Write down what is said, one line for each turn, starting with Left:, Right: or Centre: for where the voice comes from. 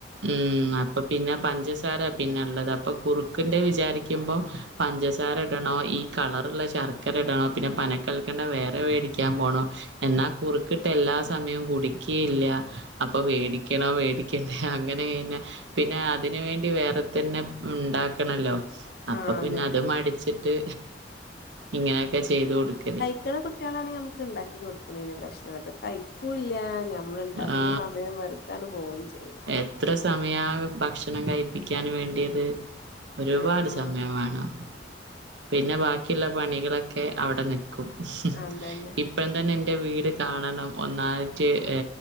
Right: ഉം അപ്പൊ പിന്നെ പഞ്ചസാര പിന്നെള്ളത് അപ്പൊ കുറുക്കിന്റെ വിചാരിക്ക ക്കുമ്പോ പഞ്ചസാര ഇടണോ ഈ കളറുള്ള ശർക്കര ടണോ പിന്നെ പനക്കൽക്കണ്ടം വേറെ മേടി ക്കാൻ പോണോ എന്നാ കുറുക്കിട്ട എല്ലാ സമയവും കുടിക്കേയില്ല അപ്പൊ വേടിക്കണോ വേടി ക്കണ്ടേ അങ്ങനെകഴിഞ്ഞ പിന്നെ അതിന് വേണ്ടി വേറെ തന്നെ ഇണ്ടാക്കണല്ലോ അപ്പൊ
Left: ആഹ്
Right: പിന്നെ
Left: അതന്നെ
Right: അത് മടിച്ചിട്ട് ഇങ്ങനെയൊക്കെ ചെയ്ത് കൊടുക്കല്
Left: ക്കണ കുട്ട്യാളണെങ്കി നമുക്ക് ണ്ടാക്കി കൊടുക്കുന്നതിന് പ്രശ്നല്ല ത് കഴിക്കൂല്ല ഞമ്മൾ ഉണ്ടാക്ക്ണ
Right: ആ.
Left: സമയം വെറുതാണ് പോവും ചെയ്യും
Right: എത്ര സമയാ ഭക്ഷണം കഴിപ്പിക്കാൻ വേണ്ടിയത് ഒരുവാട്
Left: ആഹ്
Right: സമയം വാണം പിന്നെ ബാക്കിള്ള പണികളൊക്കെ അവിടെ നി ക്കും ഇ
Left: അതന്നെ
Right: ഇപ്പോഴം തന്നെ ൻ്റെ വീട് കാണണം ഒന്നായിട്ട്ഏ